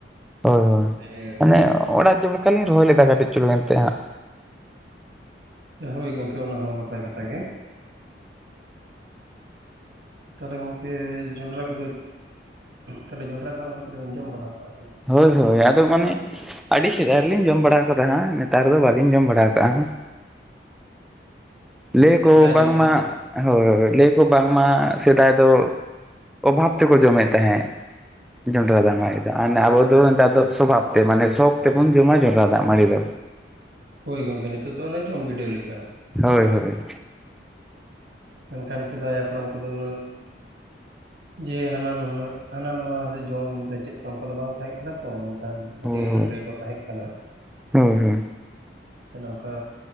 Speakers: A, in the centre; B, on the right (about 60°).
A: ᱦᱳᱭ ᱦᱳᱭ
B: ᱥᱮ ᱮᱨ
A: ᱢᱟᱱᱮ ᱚᱲᱟᱜ ᱡᱚᱢ ᱞᱮᱠᱟᱞᱤᱧ ᱨᱚᱦᱚᱭ ᱞᱮᱫᱟ᱾ ᱠᱟᱹᱴᱤᱡ ᱪᱩᱞᱩ ᱮᱱᱛᱮ ᱦᱟᱸᱜ,
B: ᱦᱳᱭ ᱜᱚᱝᱠᱮ ᱚᱱᱟ ᱦᱚᱸ ᱱᱟᱯᱟᱭ ᱠᱟᱛᱷᱟ ᱜᱮ ᱾ ᱛᱟᱦᱞᱮ ᱜᱚᱝᱠᱮ ᱡᱚᱸᱰᱨᱟ ᱠᱚᱫᱚ ᱛᱟᱦᱞᱮ ᱡᱚᱸᱰᱨᱟ ᱫᱟᱜ ᱢᱟᱹᱲᱤ ᱠᱚᱫᱚᱵᱤᱱ ᱡᱚᱢ ᱵᱟᱲᱟᱣᱼᱠᱟᱜᱼᱟ ᱥᱮ ᱵᱟᱝ?
A: ᱦᱳᱭ ᱦᱳᱭ ᱟᱫᱚ ᱢᱟᱱᱮ ᱟᱹᱰᱤ ᱥᱮᱫᱟᱭ ᱨᱮᱞᱤᱧ ᱡᱚᱢ ᱵᱟᱲᱟ ᱟᱠᱟᱫᱟ ᱦᱟᱸᱜ, ᱱᱮᱛᱟᱨ ᱫᱚ ᱵᱟᱹᱞᱤᱧ ᱡᱚᱢ ᱵᱟᱲᱟ ᱟᱠᱟᱼᱟ ᱾ ᱞᱟᱹᱭ ᱠᱚ
B: ᱥᱮᱫᱟᱭ
A: ᱵᱟᱝᱢᱟ
B: ᱧᱚᱜ ᱨᱮ ᱵᱟᱝ
A: ᱦᱳᱭ ᱞᱟᱹᱭ ᱠᱚ ᱵᱟᱝᱢᱟ ᱥᱮᱫᱟᱭ ᱫᱚ ᱚᱵᱷᱟᱯ ᱛᱮᱠᱚ ᱡᱚᱢᱮᱜ ᱛᱟᱦᱮᱸᱜ ᱾ ᱡᱚᱸᱰᱨᱟ ᱫᱟᱜ ᱢᱟᱲᱤ ᱫᱚ, ᱟᱵᱚ ᱫᱚ ᱱᱮᱛᱟᱨ ᱫᱚ ᱥᱚᱵᱷᱟᱵ ᱛᱮ, ᱢᱟᱱᱮ ᱥᱚᱠ ᱛᱮᱵᱚᱱ ᱡᱚᱢᱟ ᱡᱚᱸᱰᱨᱟ ᱫᱟᱜ ᱢᱟᱹᱲᱤ ᱫᱚ᱾
B: ᱦᱳᱭ ᱜᱚᱝᱠᱮ ᱱᱤᱛᱚᱜ ᱫᱚ ᱚᱱᱟ ᱡᱚᱢ ᱵᱤᱰᱟᱹᱣ ᱞᱮᱠᱟ,
A: ᱦᱳᱭ-ᱦᱳᱭ
B: ᱢᱮᱱᱠᱷᱟᱱ ᱥᱮᱫᱟᱭ ᱦᱟᱯᱲᱟᱢ ᱠᱚᱫᱚ ᱩᱱᱟᱹᱜ ᱡᱮ ᱦᱟᱱᱟ ᱱᱩᱱᱟᱹᱜ ᱦᱟᱱᱟ ᱱᱟᱣᱟ ᱥᱮ ᱡᱚᱢ ᱥᱮ ᱪᱮᱫᱻ ᱚᱱᱠᱟ ᱫᱚ ᱵᱟᱝ ᱛᱟᱦᱮᱸ ᱠᱟᱱᱟ ᱛᱚ ᱾ ᱴᱟᱱ ᱟᱹᱰᱤ
A: ᱦᱳᱭ
B: ᱟᱱᱟᱴ ᱨᱮᱜᱮᱠᱚ ᱛᱟᱦᱮᱸ ᱠᱟᱱᱟ
A: ᱦᱳᱭ ᱦᱳᱭ
B: ᱾ ᱛᱟᱞᱦᱮ ᱝᱠᱟ